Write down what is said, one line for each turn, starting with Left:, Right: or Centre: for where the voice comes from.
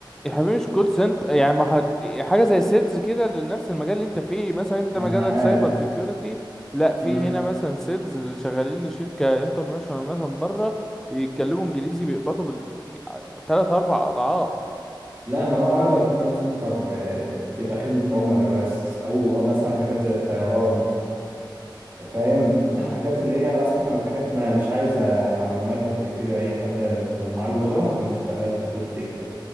Centre: يا حبيبي مش كول سنتر يعني ما هت... حاجه زي سيلز كده لنفس المجال اللي انت فيه مثلا انت مجالك
Right: انا عاد
Centre: سايبر سيكيورتي لا في
Right: مم.
Centre: هنا مثلا سيلز اللي شغالين لشركه انترناشونال مثلا بره بيتكلموا انجليزي بيقبضوا بال... بي... تلات اربع اضعاف
Right: لا ما هو اغلب الكول سنتر آه، بيبقى خدمة عملاء بس او مثلا حاجات زي الطيران فاهم
Centre: امم
Right: حاجات اللي هي اصلا حاجات ما مش عايزة معلومات قد كده اي حد لو معاه اللغة ممكن يشتغلها دي الفكرة